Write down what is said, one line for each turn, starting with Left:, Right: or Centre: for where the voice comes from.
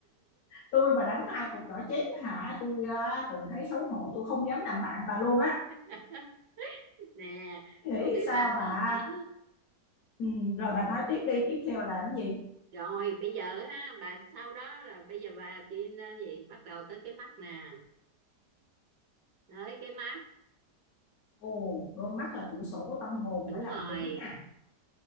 Left: tôi mà đánh hai cục nỏ chén hả tôi ờ, tự thấy xấu hổ tôi không dám làm bạn bà luôn á
Right: <laughs> nè
Left: nghĩ
Right: sau khi
Left: sao
Right: bà
Left: mà
Right: ờ,
Left: ừ, rồi bà nói tiếp đi tiếp theo là làm gì
Right: rồi bây giờ ha bà sau đó là bây giờ bà đi lên gì bắt đầu tới cái mắt nè tới cái mắt
Left: ồ đôi mắt là cửa sổ của tâm hồn
Right: đúng
Left: phải làm
Right: rồi
Left: kỹ nè